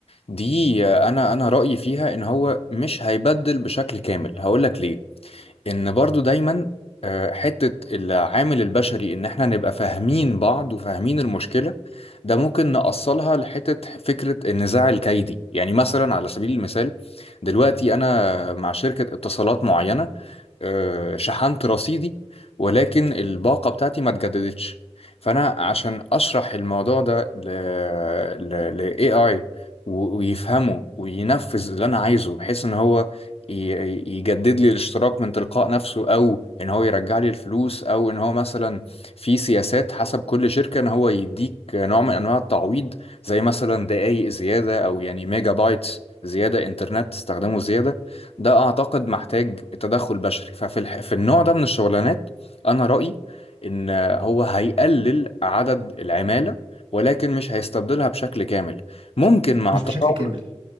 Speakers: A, on the left; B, on the right.
A: دي آه، انا انا رأيي فيها ان هو مش هيبدل بشكل كامل هقول لك ليه ان برضو دايما آه، حتة العامل البشري ان احنا نبقى فاهمين بعض وفاهمين المشكلة ده ممكن نقصلها لحتة فكرة النزاع الكيدي يعني مثلا على سبيل المثال دلوقتي انا مع شركة اتصالات معينة آه، شحنت رصيدي ولكن الباقة بتاعتي ما اتجددتش فأنا عشان أشرح الموضوع ده ل ل ل AI و- ويفهمه وينفذ اللي أنا عايزه بحيث إن هو ي- يجدد لي الاشتراك من تلقاء نفسه أو إن هو يرجع لي الفلوس أو إن هو مثلا في سياسات حسب كل شركة إن هو يديك نوع من أنواع التعويض زي مثلا دقايق زيادة أو يعني ميجا بايتس زيادة إنترنت تستخدمه زيادة ده اعتقد محتاج تدخل بشري ففي الح... في النوع ده من الشغلانات انا رأيي ان هو هيقلل عدد العمالة ولكن مش هيستبدلها بشكل كامل ممكن مع
B: مش
A: التطور
B: بشكل كامل